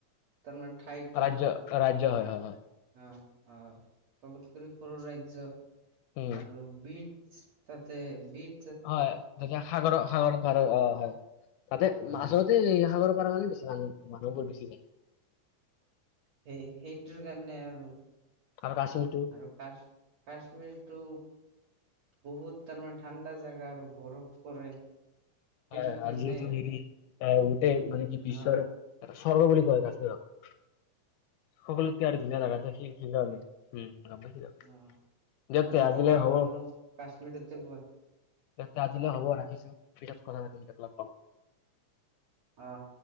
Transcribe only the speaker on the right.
তাৰমানে ঠাইটো
অ অ চবতকৰি সৰু ৰাজ্য
আৰু বিট তাতে বিট
অ
সেই সেইটোৰ কাৰণে আৰু
আৰু কাচ কাশ্মীৰটো বহুত তাৰমানে ঠাণ্ডা জাগা আৰু বৰফ পৰে সেইটোৰ
কাৰণে
অ
অ
আৰু
বগা
ভালো কাশ্মীৰতে পুৱা
আহ